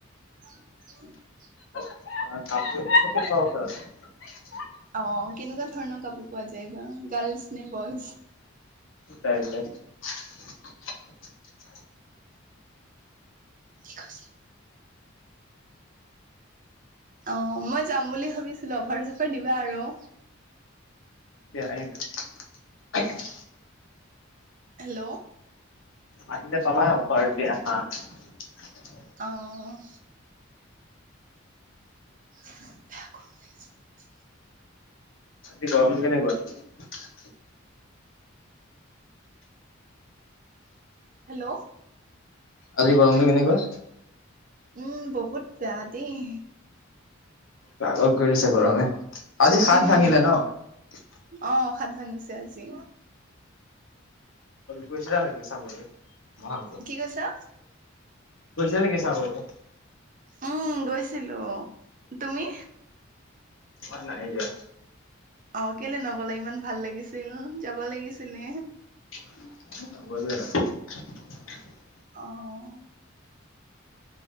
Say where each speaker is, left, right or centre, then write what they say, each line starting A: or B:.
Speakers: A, on the right; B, on the left.
A: <unintelligible>
B: <unintelligible>
A: অ কেনেকোৱা ধৰণৰ কাপোৰ পোৱা যায় বা গাৰ্লছ নে বইজ?
B: <unintelligible>
A: ঠিক আছে। অ মই যাম বুলি ভাবিছিলোঁ অফাৰ চফাৰ দিবা আৰু।
B: আহিবা ।
A: হেল্ল
B: আহিলে পাবা অফাৰ দিয়া হাঁহ
A: অ'। বেয়া গৰম লাগিছে।
B: আজি গৰমটো কেনেকুৱা?
A: হেল্ল'।
B: আজি গৰমটো কেনেকোৱা?
A: উম বহুত বেয়া দেই।
B: পাগল কৰি দিছে গৰমে, আজি সাত
A: উম
B: ভাঙিলে ন?
A: অ সাত ভাঙিছে আজি।
B: গৈছিলা নেকি চাবলে মহা
A: কি কৈছা
B: গৈছা নেকি? চাবলে।
A: উম গৈছিলো তুমি?
B: অ নাই যোৱা।
A: অ কেলে নগলে ইমান ভাল লাগিছিল যাব লাগিছিলে।
B: <unintelligible>
A: অ'।